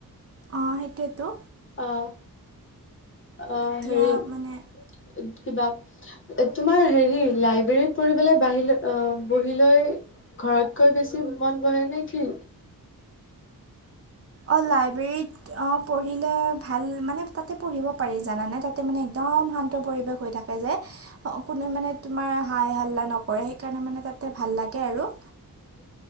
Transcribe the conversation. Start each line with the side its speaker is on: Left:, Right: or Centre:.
Right: অ'! সেইটোৱেটো।
Left: অ'! অ'!
Right: এতিয়া
Left: হেৰি কি
Right: মানে
Left: কিবা তোমাৰ হেৰি, লাইব্ৰেৰীত পঢ়িবলৈ বাহিলৈ বহি লৈ ঘৰতকৈ বেছি মন বহে নেকি?
Right: অ'! লাইব্ৰেৰীত, অ'! পঢ়িলে ভাল মানে, তাতে পঢ়িব পাৰি জানানে? তাতে, মানে একদম দম শান্ত পৰিৱেশ হৈ থাকে যে। কোনে মানে, তোমাৰ হাই হাল্লা নকৰে। সেইকাৰণে মানে, তাত তাতে ভাল লাগে আৰু।
Left: <inaudible>